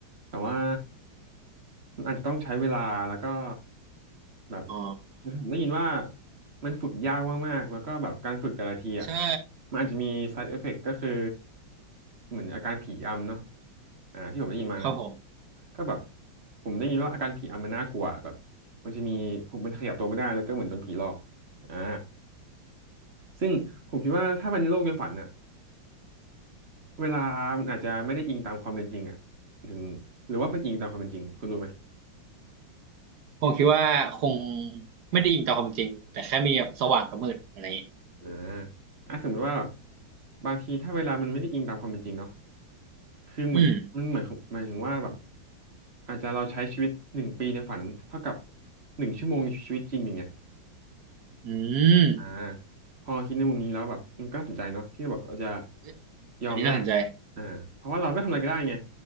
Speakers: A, on the right; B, on the right.
A: แต่ว่ามันอาจจะต้องใช้เวลาแล้วก็แบบ
B: อ๋อ
A: ผมได้ยินว่ามันฝึกยากมากๆแล้วก็แบบการฝึกแต่ละทีอะ
B: ใช่
A: มันอาจจะมี side effect ก็คือเหมือนอาการผีอำเนาะอ่าที่ผมได้ยินมานะ
B: ครับผม
A: ก็แบบผมได้ยินว่าอาการผีอำมันน่ากลัวแบบมันจะมีผมมันขยับตัวไม่ได้แล้วก็เหมือนโดนผีหลอกอ่าซึ่งผมคิดว่าถ้ามันโลกในฝันอ่ะ เวลามันอาจจะไม่ได้อิงตามความเป็นจริงอ่ะถึงหรือว่ามันอิงตามความเป็นจริง คุณรู้ไหม
B: ผมคิดว่าคงไม่ได้อิงต่อความจริงแต่แค่มีแบบสว่างกับมืดอะไรอย่างนี้
A: อ่าอ่ะสมมติว่าแบบบางทีถ้าเวลามันไม่ได้อิงตามความเป็นจริงเนาะคือเหมือนมันเหมือนหมายถึงว่าแบบ
B: อืม
A: อาจจะเราใช้ชีวิตหนึ่งปีในฝันเท่ากับหนึ่งชั่วโมงในชีวิตจริงอย่างเงี้ย
B: อืม
A: อ่าพอคิดในมุมนี้แล้วแบบมันก็น่าสนใจเนาะที่แบบเราจะ
B: เฮ้ย
A: ยอมแลก
B: อันนี้น่าสนใจ
A: อ่าเพราะว่าเราก็ทำอะไรก็ได้ไง